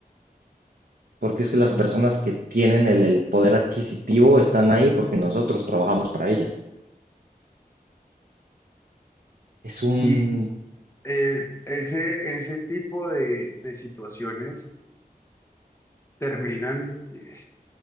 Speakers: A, on the right; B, on the left.
A: porque es que las
B: sí
A: personas que tienen el, el poder adquisitivo están ahí porque nosotros trabajamos para ellas. Es un,
B: y, eh, ese, ese tipo de, de situaciones terminan eh,